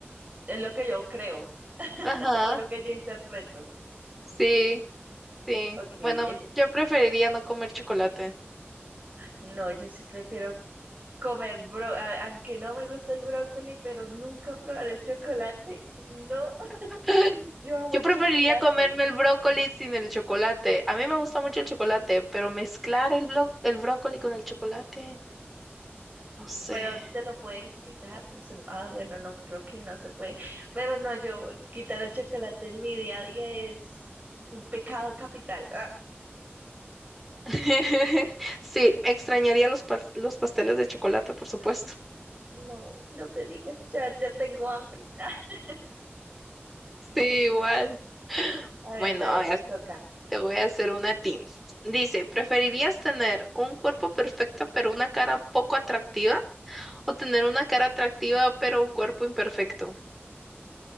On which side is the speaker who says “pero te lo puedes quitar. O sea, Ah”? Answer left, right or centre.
Right